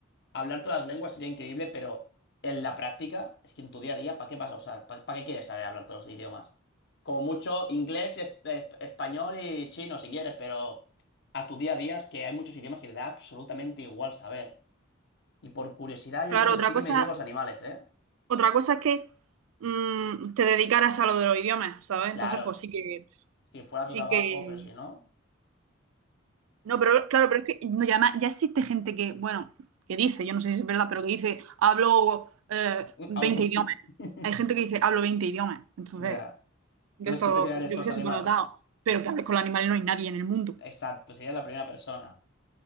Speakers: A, on the left; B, on the right.
A: hablar todas las lenguas sería increíble, pero en la práctica, es que en tu día a día, ¿para qué vas a usar? ¿Para, para qué quieres saber hablar todos los idiomas? Como mucho inglés, es- es- español y chino, si quieres, pero a tu día a día es que hay muchos idiomas que te da absolutamente igual saber. Y por curiosidad,
B: claro,
A: yo creo que
B: otra
A: sí
B: cosa,
A: que me iría a los animales, ¿eh?
B: Otra cosa es que mm, te dedicaras a lo de los idiomas, ¿sabes?
A: Claro,
B: Entonces, pues sí que,
A: si fuera
B: sí
A: tu trabajo,
B: que...
A: pero si no.
B: No, pero claro, pero es que no, ya, ma- ya existe gente que, bueno, que dice, yo no sé si es verdad, pero que dice, hablo eh, 20
A: Algo.
B: idiomas.
A: <laughs>
B: Hay gente que dice, hablo 20 idiomas. Entonces,
A: Ya. Entonces
B: de esto,
A: tú te quedarías
B: yo
A: con
B: que
A: los
B: sé,
A: animales.
B: supernotado. Pero que hables con los animales no hay nadie en el mundo.
A: Exacto, sería la primera persona.